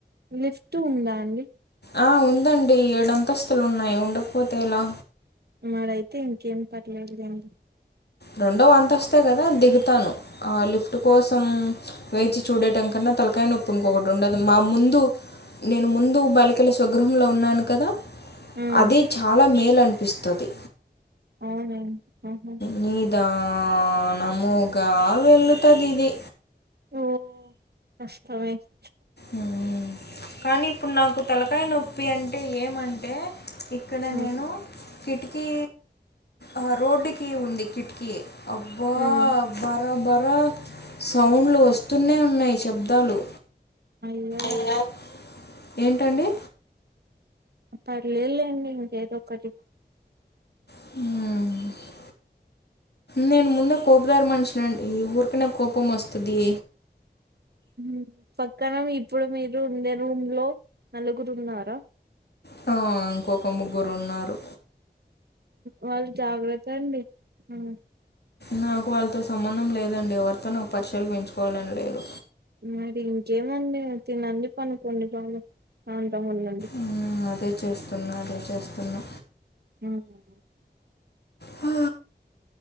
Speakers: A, on the right (about 65°); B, on the left (about 65°).
A: లిఫ్ట్ ఉందా అండి
B: అ ఉందండి ఏడుంతస్తులు ఉన్నయ్ ఉండకపోతే ఎలా
A: మరైతే ఇంకేం పర్లేదులేండి
B: రెండోఅంతస్తే గదా దిగుతాను ఆ లిఫ్ట్ కోసం వేచి చూడటం కన్నా తలకాయ్ నొప్పు ఇంకొకటి ఉండదు మా ముందు నేనుముందు బాలికల స్వగృహంలో ఉన్నానుకదా
A: హ్మ్
B: అదిచాలా మేల్ అనిపిస్తది
A: అవునా అహా
B: నీదానాముగా వెళ్ళుతాదిది
A: ఓ కష్టమైతే
B: ఉ ఉ కానీ ఇప్పుడు నాకు తలకాయ్ నొప్పి అంటే ఏమంటే ఇక్కడ
A: హ్మ్
B: నేను కిటికీ అ రోడ్డుకి ఉంది కిటికీ అబ్బా
A: హ్మ్
B: బరా బరా సౌండ్లు వస్తూనే ఉన్నాయ్ శబ్దాలు
A: అయ్యో
B: ఇంగా ఏంటండి
A: పర్లేలేండి ఇంకేదో ఒకటి
B: హు నేను ముందే కోప్దార మన్షినండి ఊరికనే కోపం వస్తుది
A: ఉ పక్కన ఇప్పుడు మీరుఉండే రూమ్ లో నలుగురున్నారా
B: హా ఇంకొక ముగ్గురు ఉన్నారు
A: వాళ్ జాగ్రత్త అండి హ
B: నాకు వాళ్తో సంబంధం లేదండి ఎవరితో నాకు పరిచలు పెంచుకోవాలని లేదు
A: మరి ఇంకేమండి తినండి పనుకోండి బాగా ప్రాంతంగా ఉండండి
B: ఉమ్ అదే చేస్తున్నా అదే చేస్తున్నా
A: ఉహు
B: హా